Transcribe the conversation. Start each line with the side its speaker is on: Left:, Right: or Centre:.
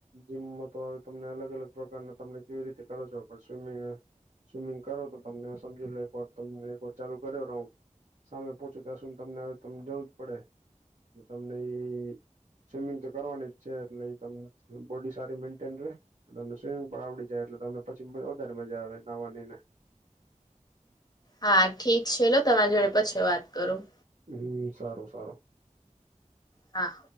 Right: જીમમાં તો હ તમને અલગ અલગ પ્રકારના તમને કેવી રીતે કરો છો પણ સ્વિમિંગ સ્વિમિંગ કરો તો તમને સમજી લો એક વાર તમને એક વાર ચાલુ કર્યો રાઉન્ડ સામે પોહોચી ત્યાં સુધ તમને હવે તમ જવું જ પડે, તો તમને એ સ્વિમિંગ તો કરવાની છે એટલે તમને બોડી સારી મેન્ટેન રહે. તો સ્વિમિંગ પણ આવડી જાય એટલે તમને પછી વધારે મઝા આવે નહવાની ને.
Left: હા ઠીક છે, લો તમારા જોડે પછી વાત કરું.
Right: હમ્મ સારું સારું.
Left: હા.